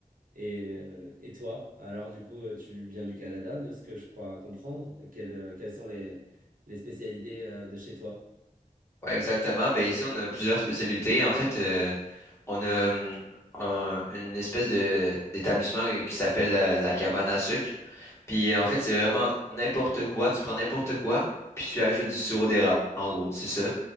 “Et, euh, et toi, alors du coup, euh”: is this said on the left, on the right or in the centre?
Right